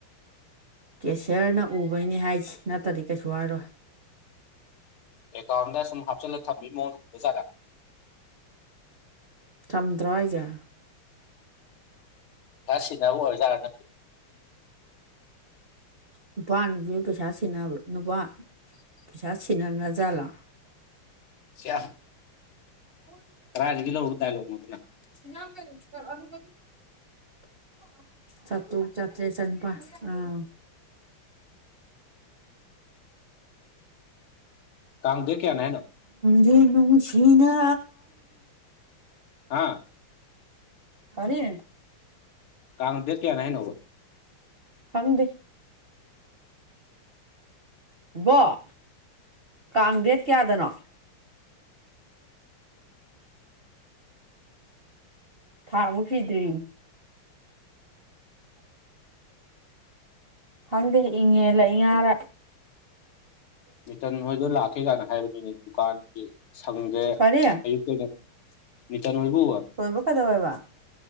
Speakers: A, on the right; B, on the left.
A: ꯀꯦꯁꯤꯌ꯭ꯔꯅ ꯎꯕꯩꯅꯤ ꯍꯥꯏꯁꯦ ꯅꯠꯇ꯭ꯔꯗꯤ ꯀꯩꯁꯨ ꯍꯥꯏꯔꯣꯏ
B: ꯑꯦꯀꯥꯎꯟꯗ ꯁꯨꯝ ꯍꯥꯞꯆꯜꯂ ꯊꯝꯕꯩ ꯃꯑꯣꯡꯗ ꯎꯔ ꯖꯥꯠꯂ
A: ꯊꯝꯗ꯭ꯔꯣ ꯍꯥꯏꯖꯦ
B: ꯁꯤꯟꯅꯕ ꯑꯣꯏꯔ ꯖꯥꯠꯂ ꯅꯪ ꯒꯤꯁꯦ
A: ꯅꯨꯄꯥ ꯅꯨꯄꯤ ꯄꯩꯁꯥ ꯁꯤꯟꯅꯕ꯭ꯔ ꯅꯨꯄꯥ ꯄꯩꯁꯥ ꯁꯤꯟꯅꯅ ꯖꯥꯠꯂ
B: ꯁꯤꯌꯥ
A: <inaudible>
B: ꯀꯔꯥꯏꯗꯒꯤ ꯂꯧꯔꯨꯕ ꯗꯥꯏꯂꯣꯒꯅꯣ ꯑꯗꯨꯅ
A: <unintelligible> ꯆꯥꯇ꯭ꯔꯨꯛ ꯆꯥꯇꯔꯦꯠ ꯆꯅꯤꯄꯥꯟ ꯑꯥ
B: ꯀꯥꯡ ꯗꯦꯠ ꯀꯌꯥꯅꯦ ꯍꯥꯏꯅꯣ
A: ꯂꯣꯟꯅ ꯅꯨꯡꯁꯤꯅ
B: ꯍꯥꯥ
A: ꯀꯔꯤ
B: ꯀꯥꯥꯡ ꯗꯦꯠ ꯀꯌꯥꯅꯦ ꯍꯥꯏꯅꯣꯕ
A: ꯈꯪꯗꯦ ꯏꯕꯣꯛ ꯀꯥꯡ ꯗꯦꯠ ꯀꯌꯥꯗꯅꯣ ꯊꯥꯕꯣꯛ ꯁꯤꯗ꯭ꯔꯤ ꯈꯪꯗꯦ ꯏꯪꯉꯦꯜꯂ ꯏꯉꯥꯔꯥ
B: ꯅ꯭ꯌꯨꯇꯟ ꯍꯣꯏꯗꯣ ꯂꯥꯛꯀꯦ ꯀꯥꯏꯅ ꯍꯥꯏꯕꯅꯤꯅꯦ ꯗꯨꯀꯥꯟꯒꯤ ꯁꯪꯗꯦ
A: ꯀꯔꯤ
B: ꯑꯌꯨꯛ ꯑꯣꯏꯅ ꯅꯤꯇꯟ ꯍꯣꯏꯕꯨ
A: ꯊꯣꯏꯕ ꯀꯗꯧꯔꯦꯕ